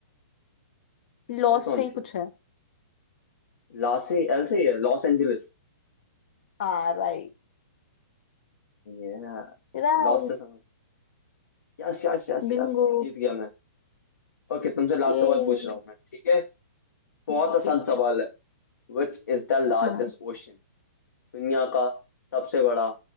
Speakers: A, on the left; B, on the left.
A: लॉस
B: फिर कौन
A: से ही
B: सी
A: कुछ
B: है
A: है
B: लास से एल से ही है लॉस एंजलिस
A: हाँ राइट
B: यस
A: राइट
B: लॉस से समझ Yes yes yes
A: बिंगो
B: yes जीत गया मैं ओके तुमसे लास्ट
A: ये
B: सवाल पूछ रहा हूँ मैं ठीक है बहुत
A: ठीक
B: आसान सवाल
A: है
B: है Which is the largest
A: हाँ
B: ocean दुनिया का सबसे बड़ा